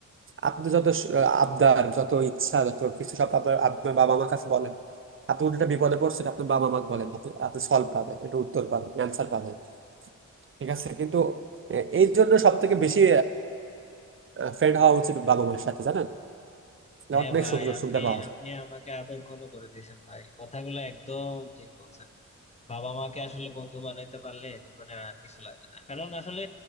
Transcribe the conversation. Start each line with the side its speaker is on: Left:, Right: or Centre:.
Right: আপনি যত স- আবদার যত ইচ্ছা যত কিছু সব আপনার আপনার বাবা মার কাছে বলেন আপনি উল্টা বিপদে পড়ছেন আপনার বাবা মাকে বলেন আপনি আপনি সলভ পাবেন এটা উত্তর পাবেন অ্যান্সার পাবেন ঠিক আছে কিন্তু এ- এই জন্য সব থেকে বেশি ফ্রেন্ড হওয়া উচিত বাবা মায়ের সাথে জানেন তাহলে
Left: হ্যাঁ
Right: অনেক
Left: ভাই
Right: সুযোগ
Left: আপনি
Right: সুবিধা পাওয়া
Left: আপনি
Right: যায়
Left: আমাকে আবেগ ঘন করে দিয়েছেন ভাই কথাগুলো একদম ঠিক বলছেন বাবা মাকে আসলে বন্ধু বানাইতে পারলে জীবনে আর কিছু লাগে না কারণ আসলে